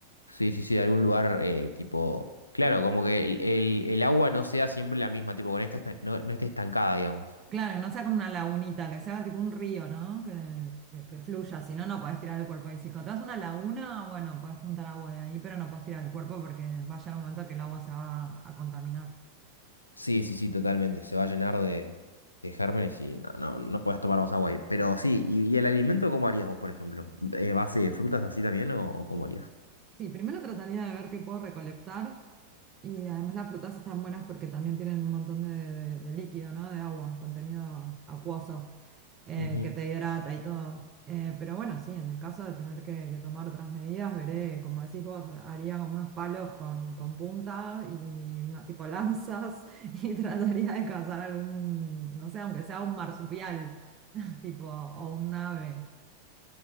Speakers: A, on the left; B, on the right.
A: Sí, sí, sí, de algún lugar eh, tipo... Claro, como que el, el- el agua no sea siempre la misma, tipo, con esta esta- no, no esté estancada, digamos.
B: Claro, que no sea como una lagunita, que sea tipo un río, ¿no? Que, que, que fluya, si no, no podés tirar el cuerpo ahí. Si te das una laguna, bueno, podés juntar agua de ahí, pero no podés tirar el cuerpo porque va a llegar un momento que el agua se va a contaminar.
A: Sí, sí, sí, totalmente. Se va a llenar de, de gérmenes y no, no, no puedes tomar más agua ahí. Pero sí, y, y el alimento cómo harías vos, por ejemplo? Eh, ¿base de frutas así también o, o cómo harías?
B: Sí, primero trataría de ver qué puedo recolectar Y además las frutas están buenas porque también tienen un montón de, de- de líquido, ¿no? De agua, contenido acuoso, eh,
A: Ujú.
B: que te hidrata y todo. Eh, pero bueno, sí, en el caso de tener que, que tomar otras medidas, veré, como decís vos, ha- haría como unos palos con, con punta y una tipo lanzas <laughs> y trataría de cazar algún, no sé, aunque sea un marsupial, <laughs> tipo, o un ave.